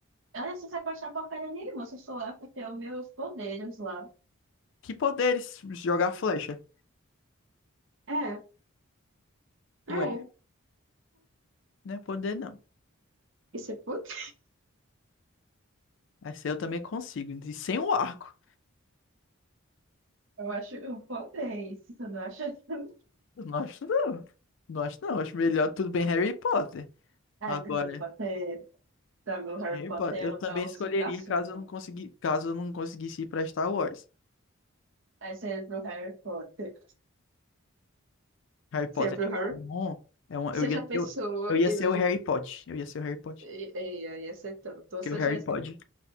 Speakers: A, on the right; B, on the left.
A: Ah, Eu só sei se achar porcaria nenhuma, só sou lá porque tenho meus poderes lá.
B: Que poderes? Jogar flecha.
A: É, é,
B: Ué,
A: é.
B: não é poder não.
A: Isso é puto?
B: Essa eu também consigo. E sem o arco.
A: Eu acho um poder isso, você não acha? <laughs>
B: Eu não acho não. Não acho não. Acho melhor tudo bem Harry Potter.
A: Ah,
B: Agora,
A: do Harry Potter. Pra mim, Harry
B: Harry
A: Potter
B: Potter. Eu também
A: é o
B: escolheria
A: supra-sumo.
B: caso eu não consegui, caso eu não conseguisse ir pra Star Wars.
A: Aí você entra pro Harry Potter.
B: Harry Potter
A: Você é pro
B: é
A: Harry?
B: bom. É um,
A: Você
B: eu ia
A: já pensou
B: ser, o- eu ia
A: em
B: ser
A: longe...
B: o Harry Potter. Eu ia ser o Harry Potter.
A: Ia, ia ser tanto. Ou
B: que
A: seja,
B: o Harry Potter.